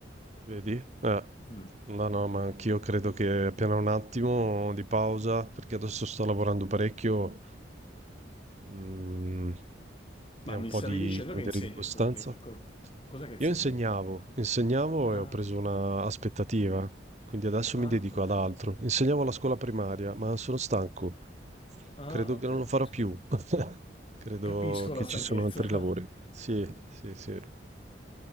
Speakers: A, on the right; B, on the left.
A: Vedi? Eh,
B: Mm.
A: no, no, ma anch'io credo che appena un attimo di pausa, perché adesso sto lavorando parecchio, mm,
B: Ma
A: è un
B: mi
A: po'
B: stavi
A: di,
B: dicendo
A: come
B: che insegni,
A: dire, di costanza,
B: scusami, co- cos'è che insegni?
A: Io insegnavo, insegnavo
B: Ah,
A: e ho preso una aspettativa, quindi adesso
B: ah,
A: mi dedico
B: ok.
A: ad altro. Insegnavo alla scuola primaria, ma sono stanco.
B: Ah,
A: Credo
B: ok,
A: che non lo
B: capisco.
A: farò più. <laughs> Credo
B: Capisco
A: che
B: la stanchezza.
A: ci sono altri lavori.
B: <laughs>
A: Sì, sì, sì.